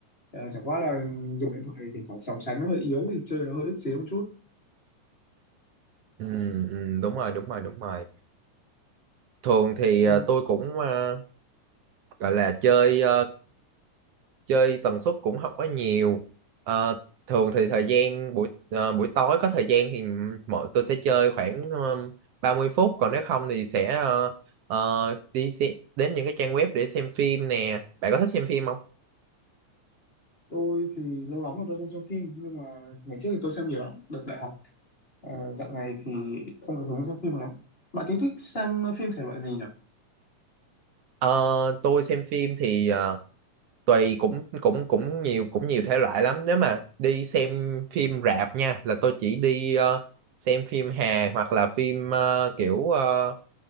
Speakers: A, on the left (about 20°); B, on the right (about 65°).
A: à, chẳng qua là dùng điện thoại thì thỉnh thoảng sóng sánh nó hơi yếu thì chơi nó hơi ức chế một chút
B: ừ, ừ, đúng rồi, đúng rồi, đúng rồi. Thường thì
A: Còn
B: ờ, tôi cũng ờ, gọi là chơi ờ, chơi tần suất cũng không có nhiều Ờ, thường thì thời gian buổi ờ, buổi tối có thời gian thì mọi tôi sẽ chơi khoảng um, ba mươi phút còn nếu không thì sẽ ờ, ờ, đi xe, đến những cái trang web để xem phim nè bạn có thích xem phim không
A: tôi thì lâu lắm rồi tôi không xem phim nhưng mà ngày trước thì tôi xem nhiều lắm đợt đại học à, dạo này thì không có hứng xem phim lắm bạn thì thích xem phim thể loại gì nhỉ
B: Ờ, tôi xem phim thì ờ, tùy cũng cũng cũng nhiều cũng nhiều thể loại lắm nếu mà đi xem phim rạp nha là tôi chỉ đi ờ, xem phim hài hoặc là phim ờ, kiểu ờ,